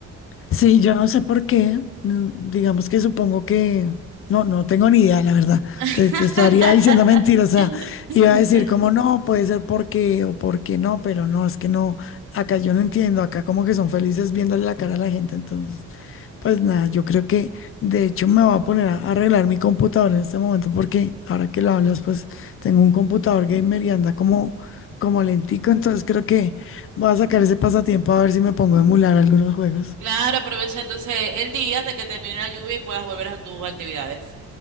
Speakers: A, on the left; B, on the right.
A: Sí, yo no sé por qué. mm, Digamos que supongo que... No, no tengo ni idea, la verdad.
B: <laughs>
A: Te, te estaría diciendo mentira, O sea, iba a decir como no, puede ser porque o porque no, pero no, es que no. Acá yo no entiendo. Acá como que son felices viéndole la cara a la gente. Entonces, pues nada, yo creo que de hecho me voy a poner a arreglar mi computador en este momento porque ahora que lo hablas, pues tengo un computador gamer y anda como, como lentico. Entonces creo que voy a sacar ese pasatiempo a ver si me pongo a emular algunos juegos.
B: Claro, aprovecha entonces el día hasta que termine la lluvia y puedas volver a tus actividades.